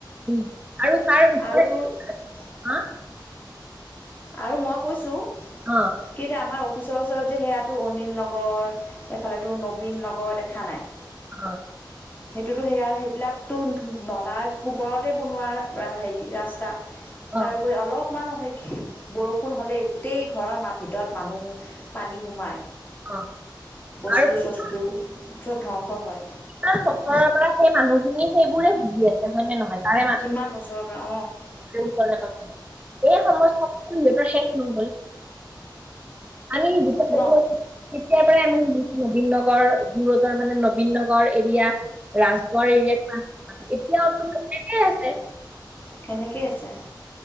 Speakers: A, on the right (about 15°); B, on the left (about 25°).
A: উমঁ' আৰু তাৰ ওপৰে-
B: আৰু তোৰ-
A: হা
B: আৰু মই কৈছোঁ।
A: অঁ।
B: কি এতিয়া আমাৰ অফিচৰ ওচৰত যে সেয়াটো অনিল নগৰ, এইফালে তোৰ নবীন নগৰ দেখা নাই।
A: অঁ।
B: সেইটোতো সেয়া সেইবিলাকতো নলাৰ ওপৰতে বনোৱা হেৰি ৰা স্তা,
A: অ
B: তাৰোপৰি অলপ মানো- বৰষুণ হ'লেই গোটেই ঘৰৰ মাহ ভিতৰত মানুহ পানী সোমায়।
A: অ
B: বস্তু
A: আৰু কি-
B: চস্তু চ'ব ধ্বংস হয়।
A: ইমান বছৰৰ পৰা সেই মানুহখিনিয়ে সেইবোৰে ভুগি আছে, হয় নে নহয়। তাৰে মান
B: কিমান বছৰৰ পৰা অঁ'।
A: <unintelligible> এই সমস্যাটো কিন্তু সিহঁতৰ শেষ নহ'ব। আমি <unintelligible>
B: ন
A: তেতিয়াৰ পৰাই আমি শুনিছোঁ নবীন নগৰ যোৰডৰ মানে নবীন নগৰ এৰিয়া- ৰাজগড় এৰিয়া <unintelligible> এতিয়াওতো একেই আছে।
B: সেনেকেই আছে।